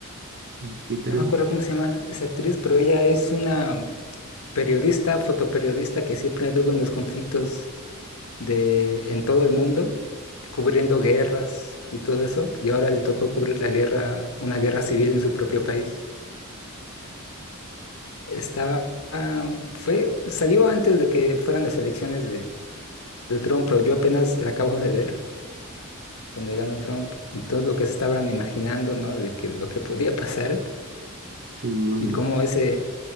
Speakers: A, on the right; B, on the left.
A: Mm, Qué interesante.
B: no me acuerdo cómo se llama esa actriz, pero ella es una periodista, fotoperiodista que siempre anduvo en los conflictos de, en todo el mundo, cubriendo guerras y todo eso, y ahora le tocó cubrir la guerra, una guerra civil en su propio país. Estaba, ah, fue, salió antes de que fueran las elecciones de, de Trump, pero yo apenas la acabo de ver, donde ganó Trump, y todo lo que se estaban imaginando, ¿no? De que lo que podía pasar
A: Sí, me imagino.
B: y cómo ese,